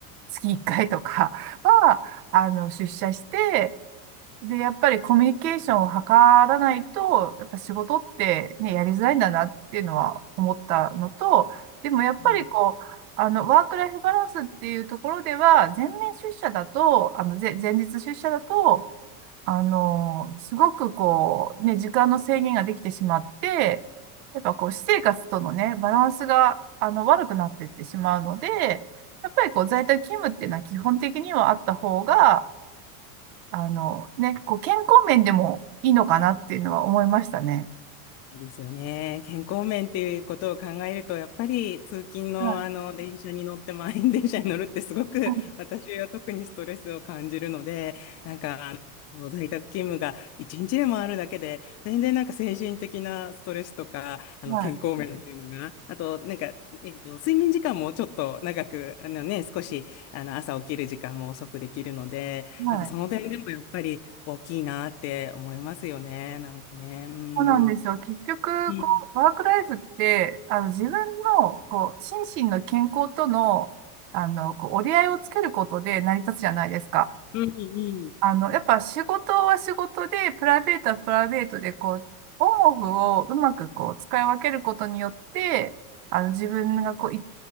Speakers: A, on the right; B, on the left.
A: 月1回とかは、あの、出社して、で、やっぱりコミュニケーションを図らないと、やっぱ仕事ってね、やりづらいんだなっていうのは思ったのと、でもやっぱりこう、
B: ん
A: あの、ワークライフバランスっていうところでは、全面出社だと、あの、ぜ前日出社だと、あの、すごくこう、ね、時間の制限ができてしまって、やっぱこう、私生活とのね、バランスが、あの、悪くなっていってしまうので、やっぱりこう、在宅勤務っていうのは基本的にはあった方が、あの、ね、こう、健康面でもいいのかなっていうのは思いましたね。
B: そうですよね。健康面っていうことを考えると、やっぱり通勤のあの電車に乗って満員電車に乗るってすごく私は特にストレスを感じるので、
A: はい、はい、
B: なんかあの在宅勤務が一日でもあるだけで、全然なんか精神的なストレスとか、あの健康面っていうのが、
A: はい、
B: あとなんか、えっと、睡眠時間もちょっと長く、あのね、少しあの朝起きる時間も遅くできるので、
A: はい。
B: なんかその点でもやっぱり大きいなって思いますよね。なんかね。うん。
A: そうなんですよ。結局、
B: うん、
A: こう、ワークライフって、あの、自分の、こう、心身の健康との、あの、こう、折り合いをつけることで成り立つじゃないですか。
B: うんうん
A: あの、やっぱ仕事は仕事で、プライベートはプライベートで、こう、オンオフをうまくこう、使い分けることによって、あの、自分がこう、い